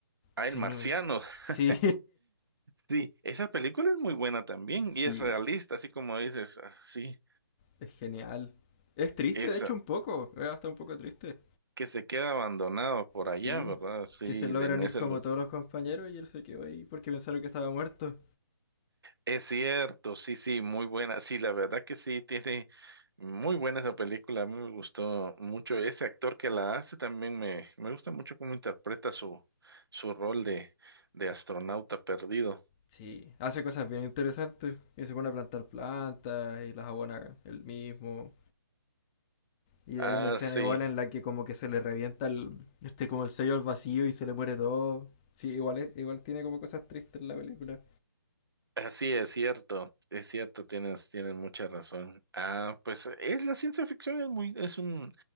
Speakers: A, on the right; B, on the left.
A: Ah,
B: Si
A: El marciano,
B: no me-
A: <laughs>
B: Sí,
A: sí, esa película es muy buena también
B: <laughs>
A: y
B: sí,
A: es realista, así como dices, ah, sí,
B: es genial. Es triste,
A: esa,
B: de hecho, un poco. Es hasta un poco triste.
A: que se queda abandonado por allá,
B: Sí,
A: ¿verdad? Sí,
B: que se logran
A: de- en ese
B: ir como
A: lugar.
B: todos los compañeros y él se quedó ahí porque pensaron que estaba muerto.
A: Es cierto, sí, sí, muy buena. Sí, la verdad que sí, tiene muy buena esa película. A mí me gustó mucho ese actor que la hace. También me, me gusta mucho cómo interpreta su, su rol de, de astronauta perdido.
B: Sí, hace cosas bien interesantes. Y se pone a plantar plantas y las abona él mismo. Y
A: Ah,
B: hay una escena
A: sí.
B: igual en la que como que se le revienta el, este como el sello al vacío y se le muere todo. Sí, igual es- igual tiene como cosas tristes la película.
A: Así es cierto, es cierto, tienes, tienes mucha razón. Ah, pues es la ciencia ficción es muy, es un,